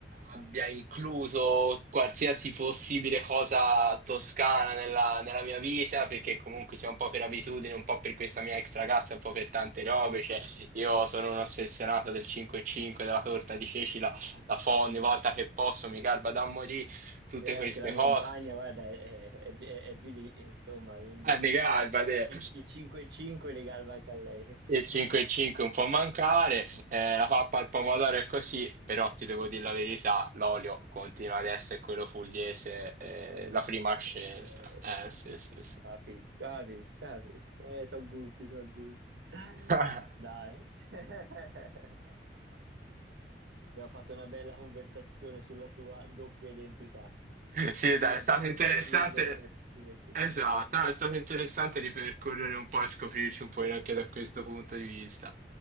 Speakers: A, on the right; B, on the right.
A: abbia incluso qualsiasi possibile cosa toscana nella, nella mia vita, perché comunque sia un po' per abitudine, un po' per questa mia ex ragazza, un po' per tante robe, cioè io sono un ossessionato del 5,5, della torta di ceci, la, la fo ogni volta che posso, mi garba da morire, tutte
B: E
A: queste
B: anche la mia
A: cose.
B: compagna, guarda, è, è di è di lì, insomma, quindi
A: Ah, mi garba, te.
B: i ci- i 5-5 li galva anche a lei,
A: Il 5 e 5 un po' a mancare, eh, la pappa al pomodoro è così, però ti devo dire la verità, l'olio continua ad essere quello pugliese, eh,
B: quello
A: la prima
B: pugliese.
A: scelta.
B: Eh,
A: Eh
B: sì.
A: sì, sì, sì.
B: capisco, capisco, capisco. Eh, so gusti, so gusti.
A: <laughs>
B: Dai. <laughs> Abbiamo fatto una bella conversazione sulla tua doppia identità,
A: Sì,
B: sulla
A: dai, è stato
B: tua
A: interessante.
B: e sulla mia doppia identità.
A: Esatto, no, è stato interessante ripercorrere un po' e scoprirci un po' anche da questo punto di vista.